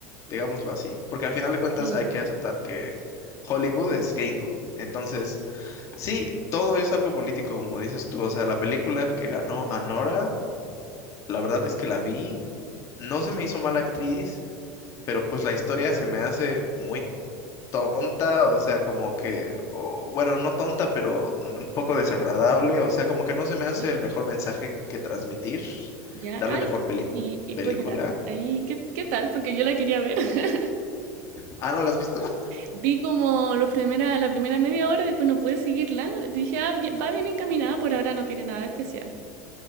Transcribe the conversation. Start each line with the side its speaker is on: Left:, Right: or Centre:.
Left: Digámoslo así. Porque al final de cuentas
Right: Mm,
Left: hay que aceptar que Hollywood es gringo. Entonces, sí, todo es algo político, como dices tú. O sea, la película que ganó Anora, la verdad es que la vi, no se me hizo mala actriz, pero pues la historia se me hace muy tonta, o sea, como que, o- bueno, no tonta, pero un poco desagradable, o sea, como que no se me
Right: ¿ya?
Left: hace el mejor mensaje que transmitir,
Right: Ya,
Left: darle
Right: ay,
Left: mejor peli-
Right: y, y
Left: película.
Right: pues mira, ahí, ¿qué, qué tal? Porque yo la quería ver. <laughs>
Left: Ah, ¿no la has visto? <laughs>
Right: Vi como los primera, la primera media hora, después no pude seguirla. Dije, ah, bien- va bien encaminada, por ahora no tiene nada de especial.